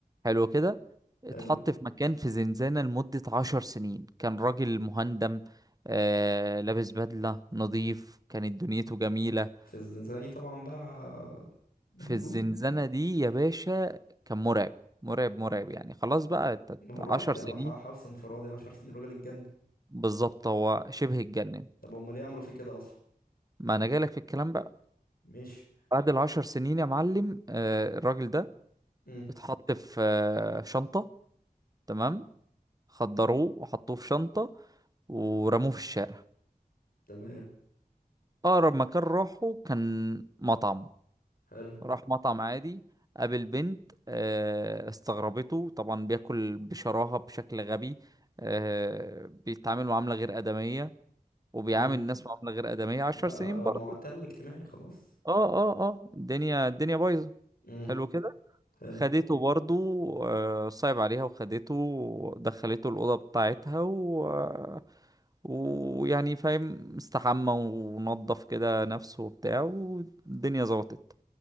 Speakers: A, on the right; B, on the left.
A: حلو كده اتحط
B: حلو
A: في مكان في زنزانة لمدة 10 سنين كان راجل مهندم آه لابس بدلة نظيف كانت دنيته جميلة
B: في الزنزانة دي طبعا بقى بهدلوه
A: في الزنزانة دي يا باشا كان مرعب مرعب مرعب يعني خلاص بقى ت-
B: ما هو
A: ت- عشر
B: لوحدي
A: سنين
B: ح- حبس انفرادي عشر سنين راجل اتجنن
A: بالظبط هو شبه اتجنن
B: طب هما ليه عملوا فيه كده اصلا
A: ما انا جالك في الكلام بقى
B: ماشي
A: بعد العشر سنين يا معلم آه، الراجل ده
B: مم،
A: اتحط في آه، شنطة تمام خدروه وحطوه في شنطة ورموه في الشارع
B: تمام
A: أقرب مكان راحه كان مطعم
B: حلو
A: راح مطعم عادي قابل بنت آه، استغربته طبعا بياكل بشراهة بشكل غبي آه، بيتعامل معاملة غير آدمية وبيعامل
B: مم.
A: الناس معاملة غير آدمية عشر
B: بقى
A: سنين برضه
B: معتل اجتماعي خلاص
A: اه اه اه الدنيا الدنيا بايظة
B: امم
A: حلو كده
B: حلو
A: خدته برضو آه، صعب عليها وخدته ودخلته الأوضة بتاعتها و... آه، ويعني فاهم استحمى ونضف كده نفسه وبتاع والدنيا ظبطت